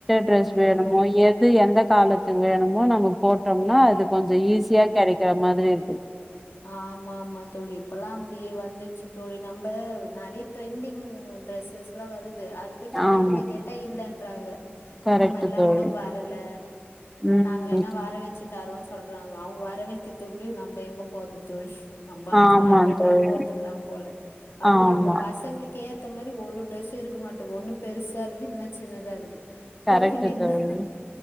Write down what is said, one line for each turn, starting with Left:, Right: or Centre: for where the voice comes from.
Centre: ட்ரெஸ்
Left: ம்
Centre: வேணுமோ எது எந்த காலத்துக்கு வேணுமோ நம்ம போட்டோம்னா அது கொஞ்சொ ஈஸியா கெடைக்கிற மாதிரி இரு
Left: ஆமாமா தோழி இப்பல்லா அப்டியே வந்துச்சு தோழி நம்ப நறைய ட்ரெண்டிங் டிரெஸ்ஸஸ்லா வரு து அது போய் கடைங்கள்ல
Centre: ஆமா
Left: கேட்டா இல்லன் றாங்க
Centre: கரெக்ட்
Left: அந்த மார்லா
Centre: தோழி
Left: இன்னு வரல
Centre: ம்
Left: நாங்க வேணா வர வச்சு தரோ சொல்றாங்க அவுங்க வர வக்கிற்துள்யு நம்ப எங்க போது தோழி நம்ப அதுக்கு
Centre: ஆமா
Left: ஆன்லைன்லே
Centre: தோழி
Left: போட்லா போல அதுவு
Centre: ஆமா
Left: நம்ப பசங்களுக்கே த்த மாரி ஒரு ட்ரெஸ்ஸு இருக்க மாட்டு ஒன்னு பெரு சா இருக்கு இல்னா சின்னதா இருக்கு
Centre: கரெக்ட்
Left: போய் நின்னா
Centre: தோழி